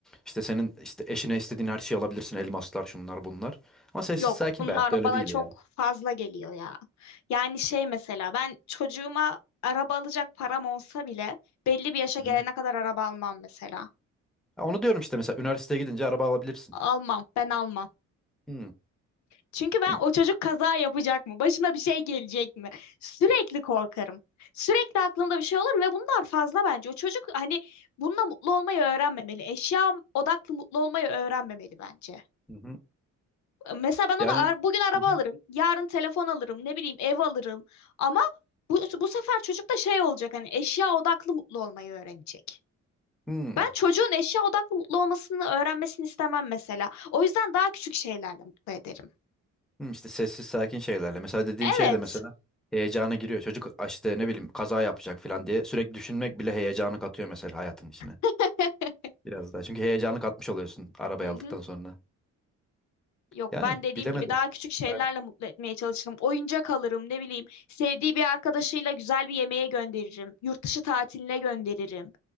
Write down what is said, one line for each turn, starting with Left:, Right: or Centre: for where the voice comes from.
Centre: İşte senin işte eşine istediğin her şeyi alabilirsin. Elmaslar, şunlar, bunlar. Ama sessiz
Left: Yok,
Centre: sakin
Left: bunlar
Centre: bir hayatta öyle
Left: bana
Centre: değil
Left: çok
Centre: ya.
Left: fazla geliyor ya. Yani şey mesela ben çocuğuma araba alacak param olsa bile belli bir yaşa
Centre: Hı-hı.
Left: gelene kadar araba almam mesela.
Centre: Ya onu diyorum işte mesela üniversiteye gidince araba alabilirsin.
Left: Almam, ben almam.
Centre: Hı.
Left: Çünkü ben
Centre: Hem-
Left: o çocuk kaza yapacak mı? Başına bir şey gelecek mi? Sürekli korkarım. Sürekli aklımda bir şey olur ve bunlar fazla bence. O çocuk hani bununla mutlu olmayı öğrenmemeli. Eşya odaklı mutlu olmayı öğrenmemeli bence.
Centre: Hı-hı.
Left: Mesela ben ona
Centre: Yani
Left: ar- bugün araba
Centre: Hı-hı.
Left: alırım, yarın telefon alırım, ne bileyim ev alırım. Ama bu, bu sefer çocuk da şey olacak hani eşya odaklı mutlu olmayı öğrenecek.
Centre: Hı. Hı,
Left: Ben çocuğun eşya odaklı mutlu olmasını öğrenmesini istemem mesela. O yüzden daha küçük şeylerle mutlu ederim.
Centre: Hı, işte sessiz sakin şeylerle. Mesela dediğim
Left: Evet.
Centre: şey de mesela heyecana giriyor. Çocuk işte ne bileyim kaza yapacak falan diye sürekli düşünmek bile heyecanı katıyor mesela hayatın içine.
Left: <laughs>
Centre: Biraz daha. Çünkü heyecanı katmış oluyorsun arabayı
Left: Hı hı.
Centre: aldıktan sonra.
Left: Yok
Centre: Yani
Left: ben dediğim
Centre: bilemedim.
Left: gibi daha küçük şeylerle
Centre: Ben.
Left: mutlu etmeye çalışırım. Oyuncak alırım ne bileyim. Sevdiği bir arkadaşıyla güzel bir yemeğe gönderirim. Yurt dışı tatiline gönderirim.